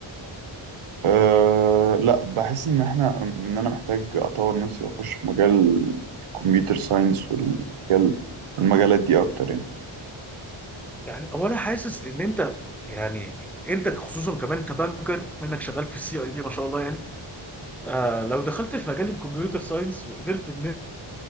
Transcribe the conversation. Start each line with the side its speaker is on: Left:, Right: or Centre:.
Right: آه، لأ بحس إن احنا إن أنا محتاج أطور نفسي وأخش في مجال الكمبيوتر ساينس والمجال المجالات دي أكتر يعني
Centre: يعني هو انا حاسس ان انت يعني انت خصوصا كمان انت بانكر منك شغال في السي اي بي ما شاء الله يعني آه لو دخلت في مجال الكمبيوتر ساينس وقدرت ان